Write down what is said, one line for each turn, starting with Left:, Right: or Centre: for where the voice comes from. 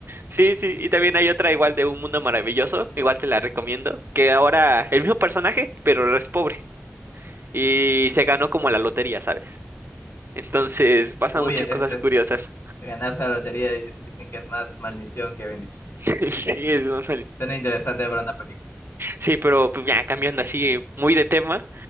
Right: Sí, sí, y también hay otra igual de Un Mundo Maravilloso, igual te la recomiendo, que ahora el mismo personaje, pero ahora es pobre y se ganó como la lotería, ¿sabes? Entonces pasan
Left: Uy,
Right: muchas
Left: es,
Right: cosas
Left: es-
Right: curiosas.
Left: ganarse la lotería y dicen que es más maldición que bendición.
Right: <laughs> Sí, es muy
Left: Suena interesante para una película.
Right: Sí, pero pues, ya cambiando así muy de tema,